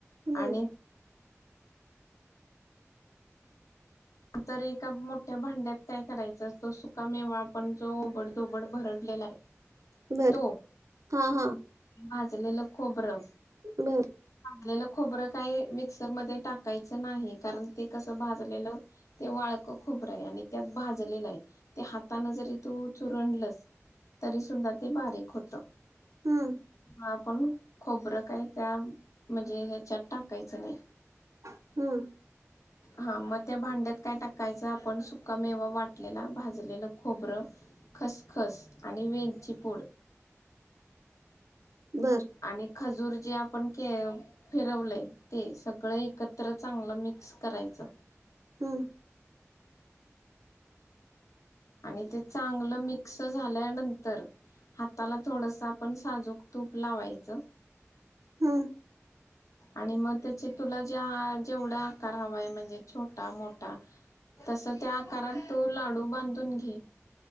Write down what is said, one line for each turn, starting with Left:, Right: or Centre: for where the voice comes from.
Right: हम्म.
Left: आणि तरी एका मोठ्या भांड्यात काय करायचं, असतो सुका मेवा आपण जो ओबड धोबड भरडलेला आहे.
Right: बरं.
Left: तो
Right: हा हा.
Left: भाजलेलं खोबरं.
Right: बर.
Left: लेलं खोबरं काय मिक्सरमध्येध्ये टाकायचं नाही, कारण ते कसं भाजलेलं ते वाळक खोबरं आहे. आणि त्यात भाजलेलं आहे. ते हाताानं जरी तू चुरणलस तरी सुद्धा ते बारीक होत.
Right: ह.
Left: आपण खोबरं काय त्या म्हणजे, ह्याच्यात टाकायचं नाही.
Right: हम्म.
Left: हां मग त्या भांड्यात काय टाकायचं, आपण सुका मेवा वाटलेला भाजलेलं खोबरं, खसखस आणि वेलची पूड.
Right: बर.
Left: आणि खजूर जे आपण के फिरवलंय ते, सगळं एकत्र चांगलं मिक्स करायचं.
Right: हम.
Left: आणि ते चांगलं मिक्स झाल्यानंतर, हाताला थोडस आपण साजूक तूप लावायचं.
Right: हम
Left: आणि मग त्याचे तुला जे ह जेवढा आकार हवाय म्हणजे छोटा मोठा तस त्या आकारात तू लाडू बांधून घे